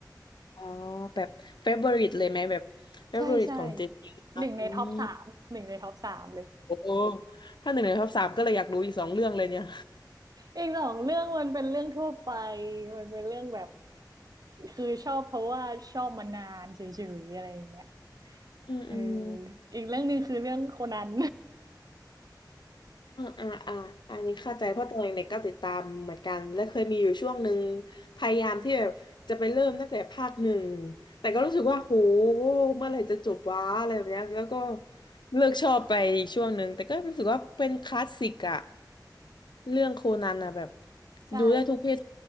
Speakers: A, on the left; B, on the right.
A: อ๋อแบบเฟเวอริตเลยไหมแบบเฟเวอริตของเจนนะอืม
B: <laughs> ใช่ใช่หนึ่งในท็อปสามหนึ่งในท็อปสามเลย
A: โอ้ถ้าหนึ่งในท็อปสามก็เลยอยากรู้อีกสองเรื่องเลยเนี่ย
B: อีกสองเรื่องมันเป็นเรื่องทั่วไปมันเป็นเรื่องแบบคือชอบเพราะว่าชอบมานานเฉยๆอะไรอย่างเงี้ย
A: อืมอืม
B: เอออีกเรื่องหนึ่งคือเรื่องโคนัน
A: อ่าอ่าอ่าอันนี้เข้าใจเพราะตอนเด็กๆก็ติดตามเหมือนกันและเคยมีอยู่ช่วงหนึ่งพยายามที่แบบจะไปเริ่มตั้งแต่ภาคหนึ่งแต่ก็รู้สึกว่าโหเมื่อไหร่จะจบวะอะไรแบบเนี้ยแล้วก็เลิกชอบไปอีกช่วงหนึ่งแต่ก็รู้สึกว่าเป็นคลาสสิกอะเรื่องโคนันอะแบบ
B: <laughs> ใช่
A: ดูได้ทุกเพศ